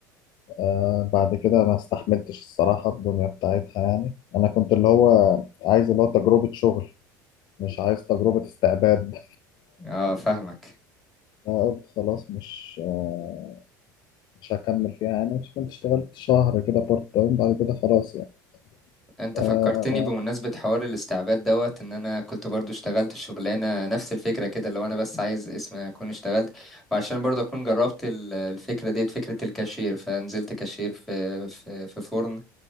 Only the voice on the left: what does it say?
آه بعد كده ما استحملتش الصراحة الدنيا بتاعتها يعني انا كنت اللي هو عايز اللي هو تجربة شغل مش عايز تجربة استعباد
فقلت خلاص مش آه مش هكمل فيها يعني مش كنت اشتغلت شهر كده بارت تايم بعد كده خلاص يعني
آه